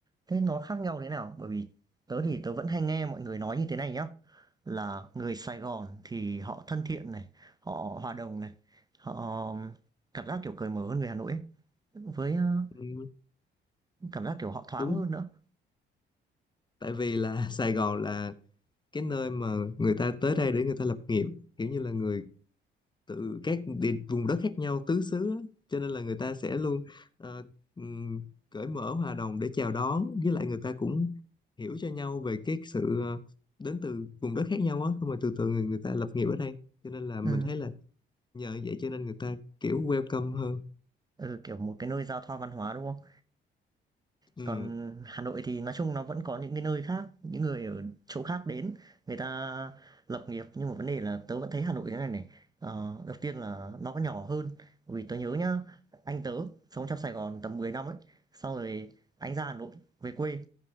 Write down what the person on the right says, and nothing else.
thế nó khác nhau thế nào? Bởi vì tớ thì tớ vẫn hay nghe mọi người nói như thế này nhá, là người Sài Gòn thì họ thân thiện này, họ hòa đồng này, họ um, cảm giác kiểu cởi mở hơn người Hà Nội ấy, với, ơ,
cảm giác kiểu họ thoáng
hơn nữa.
Ừm,
ừ, kiểu một cái nơi giao thoa văn hóa, đúng không?
Còn Hà Nội thì nói chung nó vẫn có những cái nơi khác, những người ở chỗ khác đến, người ta lập nghiệp nhưng mà vấn đề là tớ vẫn thấy Hà Nội thế này này. Ờ, đầu tiên là nó có nhỏ hơn, vì tớ nhớ nhá, anh tớ sống trong Sài Gòn tầm 10 năm ấy, sau rồi anh ra Hà Nội về quê,